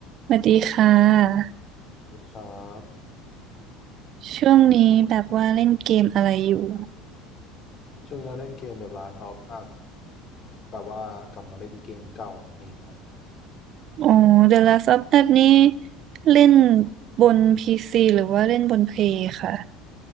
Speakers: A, on the right; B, on the left.
A: สวัสดีค่ะ
B: ครับ
A: ช่วงนี้แบบว่าเล่นเกมอะไรอยู่
B: ช่วงนี้เราเล่นเกมแบบ Last of Us แบบว่ากลับมาเล่นเกมเก่าอะไรอย่างเงี้ย
A: อ๋อ The Last of Us นี่เล่นบน PC หรือว่าเล่นบนเพลย์ค่ะ